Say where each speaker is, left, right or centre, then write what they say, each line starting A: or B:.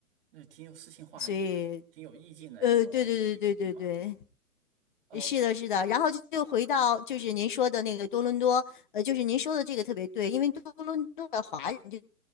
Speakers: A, on the right (about 40°); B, on the left (about 35°).
A: 那挺有诗情画意的，
B: 所以
A: 挺有意境的一种一地方，
B: 呃，对对对对对对。
A: 呃
B: 是的，是的，然后就回到就是您说的那个多伦多，呃，就是您说的这个特别对，因为多伦多的华人就。